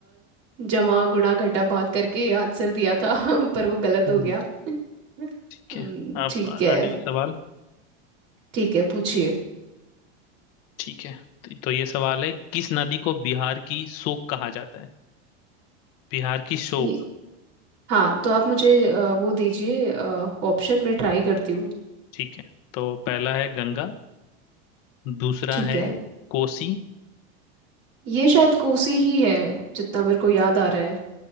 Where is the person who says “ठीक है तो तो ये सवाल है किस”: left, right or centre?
Left